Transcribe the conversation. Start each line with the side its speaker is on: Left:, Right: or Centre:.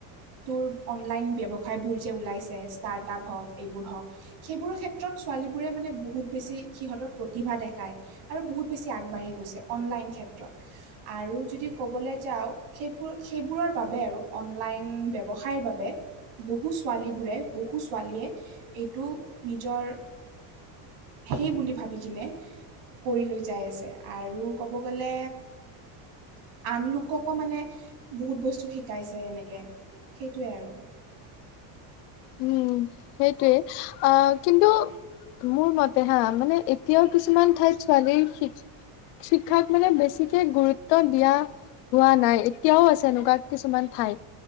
Right: তোৰ অনলাইন ব্যৱসায়বোৰ যে ওলাইছে। ষ্টাৰ্টআপ হওঁক এইবোৰ হওঁক সেইবোৰৰ ক্ষেত্ৰত ছোৱালীবোৰে মানে বহুত বেছি সিহঁতৰ প্ৰতিভা দেখা। আৰু বহুত বেছি আগবাঢ়ি গৈছে অনলাইন ক্ষেত্ৰত। আৰু যদি ক'বলৈ যাওঁ সেইবোৰ সেইবোৰৰ বাবে আৰু অনলাইন ব্যৱসায়ৰ বাবে। বহু ছোৱালীবোৰে বহু ছোৱালীয়ে এইটো নিজৰ।
Left: <inaudible>
Right: সেই বুলি ভাবি কিনে কৰি লৈ যাই আছে আৰু ক'ব গ'লে। আন লোককো মানে বহুত বস্তু শিকাইছে এনেকে। সেইটোৱে আৰু।
Left: উম সেইটোৱে অ কিন্তু মোৰ মতে হা মানে এতিয়াও কিছুমান ঠাইত ছোৱালীৰ শি ক্ষাক মানে বেছিকে গুৰুত্ব দিয়া হোৱা নাই এতিয়াও আছে এনেকোৱা কিছুমান ঠাই